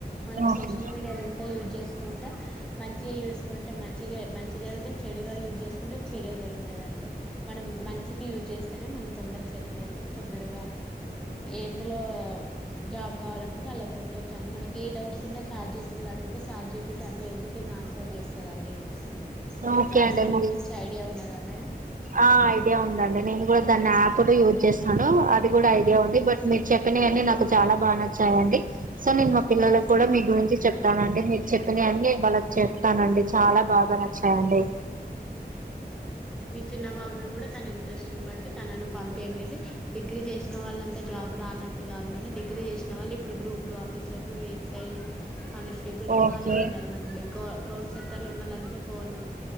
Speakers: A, in the centre; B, on the right.
A: మనం
B: ఓకే
A: సోషల్ మీడియాని ఎంత యూజ్ చేసుకుంటే మంచిగా యూసుకుంటే మంచిగా మంచిగా జరిగితే చెడుగా యూజ్ చేసుకుంటే గుతదిండి మనం మంచికి యూజ్ చేస్తేనే మనం తొందరగా సెటిల్ అయితాం. తొందరగా ఇందులో జాబ్ కావాలనుకుంటే అలా కొట్టొచ్చండి. మనకి ఏ డౌట్స్ ఉన్నా చార్జీపీలు అడిగితే చార్జేపీటి అన్ని ఎవ్రీథింగ్ ఆన్సర్ చేస్తుందండి. మీకు
B: ఓకే
A: ఛాట్
B: అండి
A: జీపీటీ
B: మరి
A: గురించి ఐడియా ఉన్నదా మేడం
B: ఆ ఐడియా ఉందండి. నేను కూడా దాన్ని యాప్ను యూజ్ చేస్ ను అది కూడా ఐడియా ఉంది బట్ మీరు చెప్పినవివన్నీ నాకు చాలా బాగా నచ్చాయం సో నేను మా పిల్లలలకు కూడా మీ గురించి చెప్తానండి. మీరు చెప్పిన అన్నీ వాళ్ళకి చెప్తానండి. చాలా బాగా నచ్చాయండి.
A: మీ చిన్న బాబును కూడా తన ఇంట్రెస్ట్ని బట్టి తనను పంపియండి డిగ్రీ చేసిన వాళ్ళం ఇ జాబ్ రానట్టు కాదు మేడం. డిగ్రీ చేసిన వాళ్లు ఇప్పుడు గ్రూప్ టూ ఆఫీసర్లు ఏ ఎస్ఐలు కానిస్టేబుల్స్
B: ఓకే
A: వాళ్ళే ఉన్నారు మండి గ గవర్ సెక్టర్ లో ఉన్నళ్ంతా గవర్న